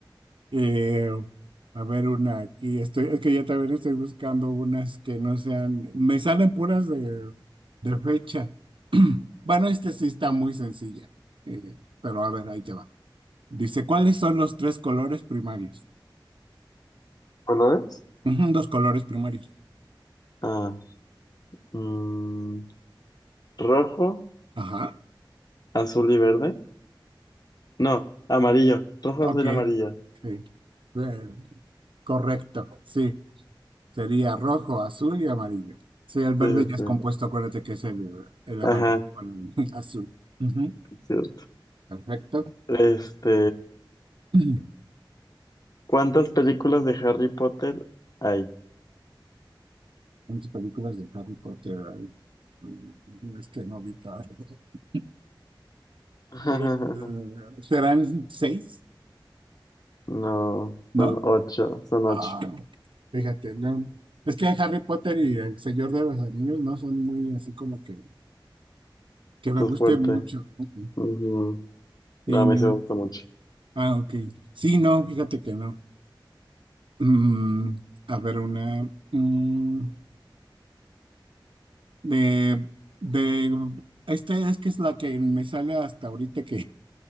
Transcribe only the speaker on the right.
Eh, a ver, una aquí, estoy, es que ya también estoy buscando unas que no sean, me salen puras de, de fecha. <clears throat> Bueno, este sí está muy sencilla, eh, pero a ver, ahí te va. Dice, ¿cuáles son los tres colores primarios?
Ujú, Los colores primarios.
Ajá.
Ok,
sí. Eh, Correcto, sí. Sería rojo, azul y amarillo. Sí, el verde
ya es
compuesto, acuérdate que es el, el amarillo
con el <laughs> azul. Ujú,
Perfecto.
<clears throat>
¿Cuántas películas de Harry Potter hay? Mm, Es que no vi todas. <laughs>
Eh, ¿serán seis?
¿No?
Ah,
fíjate, no. Es que Harry Potter y El Señor de los Anillos no son muy así como que, que me
gusten
mucho. Ujú.
Sí,
no.
Ah, ok. Sí, no, fíjate que no. Mm, a ver, una mm, de, de esta es que es la que me sale hasta ahorita que